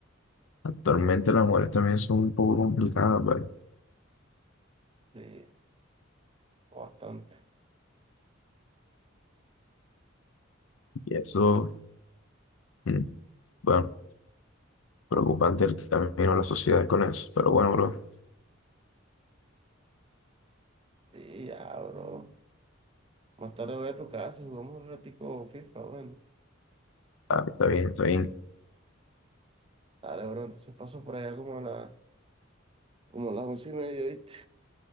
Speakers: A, on the left; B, on the right.
A: Actualmente las mujeres también son un poco complicadas, ¿vale?
B: Sí, bastante.
A: Y eso, mm, bueno, preocupante el camino de la sociedad con eso. Pero bueno, bro,
B: Sí, ya, bro. Más tarde voy a tu casa y jugamos un ratico FIFA, bueno.
A: ah, está bien, está bien.
B: Dale, bro. Entonces paso por allá como a la, como a las once y media, ¿viste?